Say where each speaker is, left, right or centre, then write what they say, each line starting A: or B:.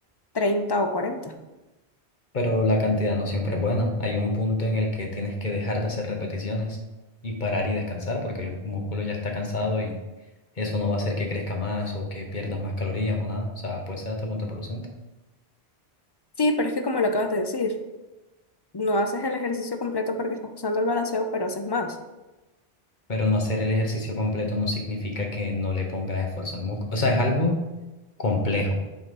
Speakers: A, on the left (about 30°); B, on the left (about 45°).
A: treinta o cuarenta
B: pero la cantidad no siempre es buena. Hay un punto en el que tienes que dejar de hacer repeticiones y parar y descansar porque el músculo ya está cansado y eso no va a hacer que crezca más o que pierdas más calorías o nada. O sea, puede ser hasta contraproducente.
A: Sí, pero es que como lo acabas de decir, no haces el ejercicio completo porque estás usando el balanceo, pero haces más.
B: Pero no hacer el ejercicio completo no significa que no le pongas esfuerzo al músculo. O sea, es algo complejo.